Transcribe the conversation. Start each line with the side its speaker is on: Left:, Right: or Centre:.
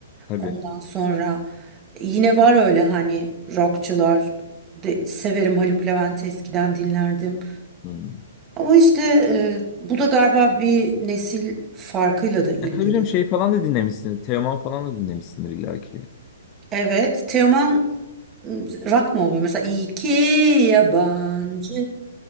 Left: tabii.
Right: Ondan sonra yine var öyle hani rockçılar de, severim Haluk Levent eskiden dinlerdim.
Left: Hmm.
Right: Ama işte e, bu da galiba bir nesil farkıyla da ilgili.
Left: E, tabii canım şey falan da dinlemişsin. Teoman falan da dinlemişsindir illa ki.
Right: Evet, Teoman Rock mı oluyor? Mesela iki yabancı